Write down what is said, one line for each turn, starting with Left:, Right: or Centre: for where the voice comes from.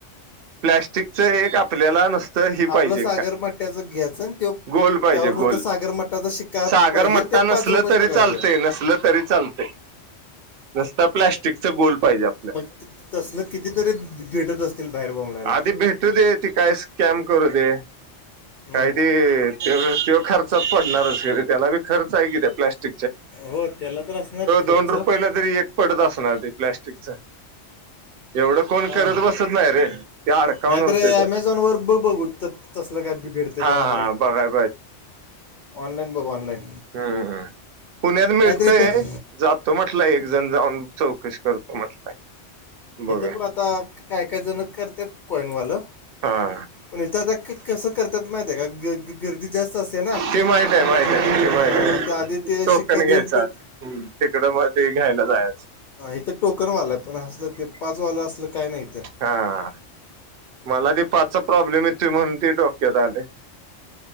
Right: प्लॅस्टिकच एक आपल्याला नसतं हि
Left: आपलं
Right: पाहिजे
Left: सागर
Right: का
Left: मट्ट्याचं घ्यायचं आणि त्यो
Right: गोल पाहिजे
Left: त्यावर नुसतं
Right: गोल
Left: सागर मट्टाचा शिक्का
Right: सागर
Left: पाहिजे
Right: मट्टा
Left: ते पाच
Right: नसल
Left: रुपयेच
Right: तरी
Left: पकडायचं
Right: चालते नसल तरी चालते रस्ता प्लॅस्टिकचा गोल पाहिजे आपल्याला.
Left: तसल कितीतरी भेटत अस. भहेरभव
Right: आधी भेटू दे ती काय स्कॅम करू दे काय
Left: मग
Right: ते. ते तेव्हा खर्चात पडणारचिरे त्याला बी खर्च आहे की त्या प्लास्ट.
Left: हो त्याला तर असणार खर्च
Right: दोन रुपयला तरी एक पडत असणार ती प्लस्टिक च एवढं कोण
Left: काय
Right: करत
Left: माहिती
Right: बसत नाही रे. ते अडकावून
Left: नाहीतर
Right: होते ते
Left: अमेझॉन वर बघू तसल काय भेडते
Right: हा
Left: का ऑनलाईन.
Right: बघाय
Left: ऑलाईन बघ ऑलाईन.
Right: हम् पुण्यात मिळतय.
Left: इथं
Right: जातो म्हटलंय एक जण जाऊन चौकशी करतो म्हटलंय. बघूया
Left: हेथं पण आता काय काय जण करतात कॉइनवालं.
Right: हा.
Left: प तरता कसं करतात माहिित आहे का. गर्दी जास्त असते ना
Right: ते माहित आहे माहित आहे त माहित
Left: हा
Right: आहे
Left: मग त्या आधी ते
Right: तो
Left: शिक्का
Right: पण घ्यायचा.
Left: देऊन तो
Right: हम्म तिकडं मग ते घ्यायला जायच.
Left: इथं टोकनवाला पण असल ते पाच वालं असलं काय नाही तर.
Right: हा मला ती पाचचा प्रॉब्लेम येत त म्हणून त डोक्यात आले.